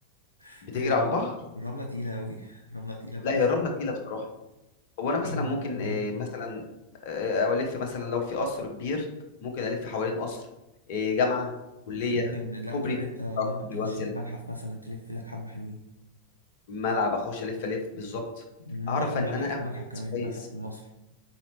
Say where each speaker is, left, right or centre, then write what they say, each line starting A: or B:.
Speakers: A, on the left; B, on the left.
A: <laughs>
B: بتجري
A: الرملة
B: على البحر
A: الرملة تقيلة قوي الرملة تقيلة بحس
B: لا هي الرملة تقيلة بصراحة هو انا مثلا
A: مم.
B: ممكن إيه مثلا آه، الف مثلا لو في قصر كبير ممكن الف حوالين قصر إيه جامعه كليه
A: انت ممكن لا
B: كوبري
A: وكمان
B: ممكن
A: انت ممكن
B: أطلع كوبري
A: تخش
B: وانزل
A: المتحف مثلا تلف لك حبة حلوين
B: ملعب اخش الف الف بالظبط
A: مم،
B: اعرف
A: لا والمتحف
B: ان انا اخد
A: المتحف
B: نفس
A: كمان
B: كويس
A: المتحف المصري